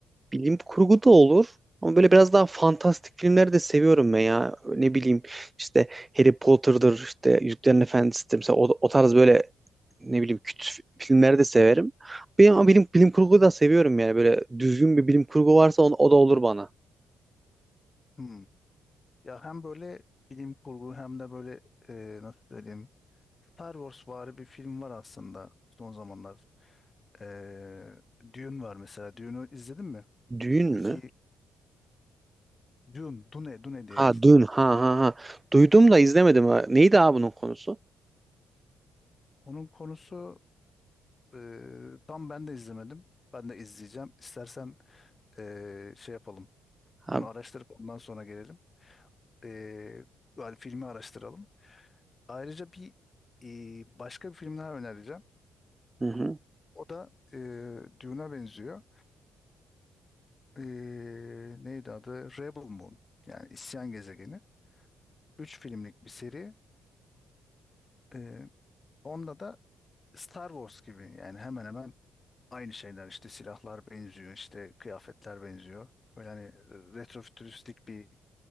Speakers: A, on the right; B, on the left.
A: Bilim kurgu da olur. Ama böyle biraz daha fantastik filmleri de seviyorum ben ya. Ne bileyim işte Harry Potter'dır, işte Yüzüklerin Efendisi'dir. Mesela o, o tarz böyle ne bileyim küt filmleri de severim. Benim, ama bilim, bilim kurgu da seviyorum yani. Böyle düzgün bir bilim kurgu varsa on- o da olur bana.
B: Hmm. Ya hem böyle bilim kurgu hem de böyle e, nasıl söyleyeyim Star Wars vari bir film var aslında son zamanlar. E, Dune var mesela. Dune'u izledin mi?
A: Düğün
B: İki, iki
A: mü?
B: Dune, Dune, Dune diye
A: Ha
B: yazılır.
A: Dün. Ha ha ha. Duydum da izlemedim. ha. Neydi abi bunun konusu?
B: Onun konusu e, tam ben de izlemedim. Ben de izleyeceğim. İstersen e, şey yapalım.
A: Ha,
B: Bunu araştırıp ondan sonra gelelim. E, yani filmi araştıralım. Ayrıca bir e, başka bir film daha önereceğim.
A: hı hı,
B: O da e, Dune'a benziyor. E, neydi adı? Rebel Moon. Yani İsyan Gezegeni. Üç filmlik bir seri. E, onda da Star Wars gibi yani hemen hemen aynı şeyler işte silahlar benziyor işte kıyafetler benziyor. Böyle hani retrofütüristik bir